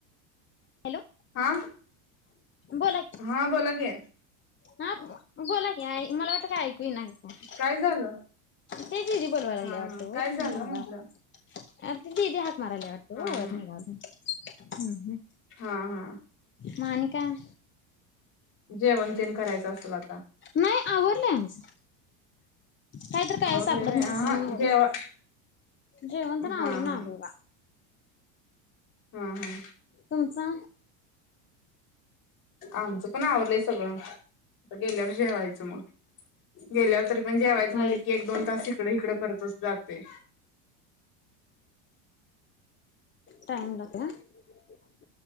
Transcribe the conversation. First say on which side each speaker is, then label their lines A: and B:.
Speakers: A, on the left (about 25°); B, on the left (about 50°).
A: हॅलो
B: हा
A: बोला
B: हा बोला की
A: हा बोला की मला वाटल <unintelligible> ती नाही
B: काय झालं
A: ते दीदी बोलवाय लागल्या
B: हा
A: वाटत
B: हा काय
A: वर
B: झालं म्हंटलं
A: आरती दीदी हात मरालाय वाटत
B: हा
A: ओ वर
B: हा
A: निघाल हम्म हम्
B: हा हा
A: मग‌ आणि काय
B: जेवण तेन करायचं असेल आता,
A: नाही आवरलय आमचं काहीतर काय
B: आवरलय
A: सापडत
B: व्हय
A: नसेल
B: हा
A: म्हणून बोलवत्यात.
B: जेव हा
A: जेवण तेन आवरून
B: हा
A: आलोय बा,
B: हा हा
A: तुमचा
B: आमचं पण आवरलंय सगळं, आता गेल्यावर जेवायच. मग गेल्यावर तरी पण जेवायचं
A: होय
B: म्हणले की एक दोन तास तिकडे हिकड करतो असतो. जाते.
A: टाईम लागत्या हे